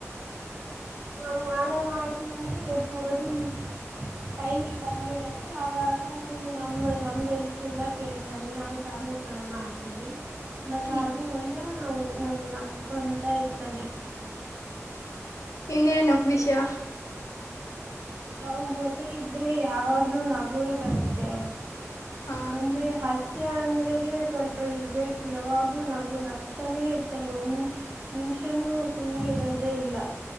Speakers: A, on the right; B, on the left.
A: ನ ಮಾಡಡ ಮಾಡಿ ಮಂದಿ ಎಬ ಅದು <unintelligible> ಟೈಮೆ ಬಂದ್ಬಿಡತ್ತೆ ಅವಾಗ ಫುಲ್ ನಮ ನಮ್ ಹೆಲ್ತ್ ಎಲ್ಲ ಕೇಳ್ತಾನೆ ನಾವು ಸಹಾಯ ಮಾಡ್ತೀವಿ ಬಟ್
B: ಹ್ಮ್
A: ಆದ್ರೆ ಒಳ್ಳೆ ಹೌನು ನಮು ನಕ್ಸ್ಕೊಂತ ಇರ್ತಾನೆ
B: ಇನ್ನೇನು ವಿಷಯ
A: ಅವನ ಜೊತೆ ಇದ್ರೆ ಯಾವಾಗ್ಲೂ ನಗುವೇ ಬರತ್ತೆ
B: ಹಾ
A: ಅಂದ್ರೆ ಹ ಸತ್ಯ ಅಂದ್ರದೇ ಸ್ವಲ್ಪ ಇರರ್ಬೇಕು ಯಾವಾಗೂ ನಗು ನಕ್ಸ್ತಾನೆ ಇರ್ತಾನೆ ಒಂದ್ ನಿಮಿಷನೂ ಸುಮ್ಮ್ನೆ ಇರೋದೇ ಇಲ್ಲ